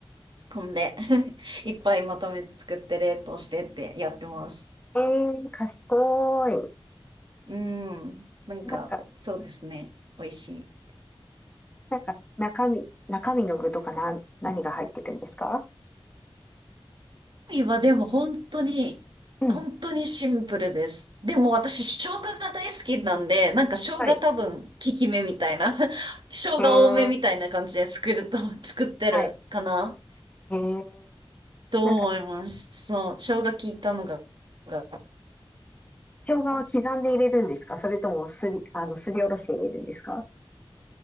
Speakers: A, on the right; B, on the left.
A: 飛んで <laughs> いっぱいまとめて作って冷凍してってやってます。
B: えー、賢い。
A: うん。なんか、
B: なんか、
A: そうですね。
B: うん
A: 美味しい。
B: なんか中身、中身の具とかなん、何が入ってるんですか
A: 今はでも本当に、
B: うん。
A: 本当にシンプルです。でも私、生姜が大好きなんで、なんか生姜多分、
B: はい
A: 効き目みたいな、<laughs> 生姜多めみたいな感じで作ると、
B: へえ、
A: 作ってるかな
B: はい。へえ、
A: と思います。
B: なんか、
A: そう、生姜効いたのが、が
B: 生姜は刻んで入れるんですかそれともすり、あの、すりおろして入れるんですか